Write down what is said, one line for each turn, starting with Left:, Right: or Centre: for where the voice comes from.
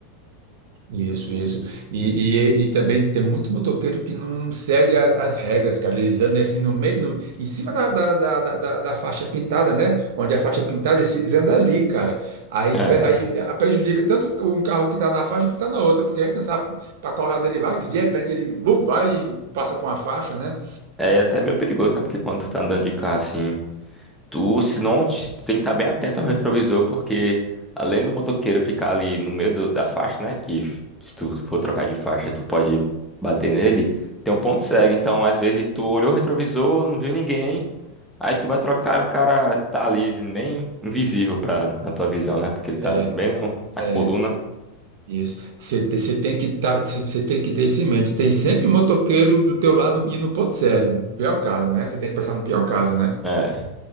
Right: Isso, isso. E, e, e também tem muito motoqueiro que não segue as, as regras, cara. Eles andam assim no meio, no- em cima da, da, da, da, da- da faixa pintada, né? Onde a faixa é pintada, eles, eles andam ali, cara. Aí,
Centre: É,
Right: pre- aí prejudica tanto um carro que tá na faixa que tá na outra, porque a gente não sabe para qual lado ele vai, que de repente ele vum, vai e passa por uma faixa, né?
Centre: é até meio perigoso, né, porque quando tu tá andando de carro assim Tu, se não, te- tu tem que estar bem atento ao retrovisor, porque além do motoqueiro ficar ali no meio do- da faixa, né? Que f- se tu for trocar de faixa, tu pode bater nele, tem um ponto cego. Então, às vezes, tu olhou o retrovisor, não viu ninguém, aí tu vai trocar e o cara tá ali, nem invisível pra, na tua visão, né? Porque ele tá
Right: É,
Centre: bem na, na
Right: é
Centre: coluna.
Right: isso. Você você tem que tá, você tem que ter isso em mente. Tem sempre motoqueiro do teu lado e no ponto cego, o pior caso, né? Você tem que pensar no pior caso, né?
Centre: É,